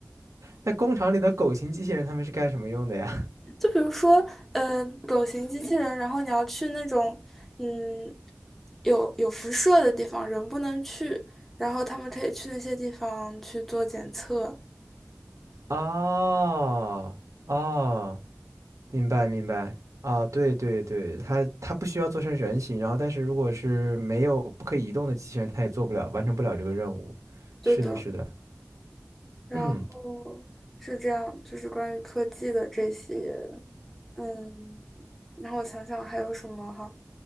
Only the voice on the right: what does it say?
那工厂里的狗型机器人他们是干什么用的呀？
<laughs> 哦哦。明白明白啊，对对对，它它不需要做成人形，然后但是如果是没有不可以移动的机器人，它也做不了，完成不了这个任务。
是的，是的，
嗯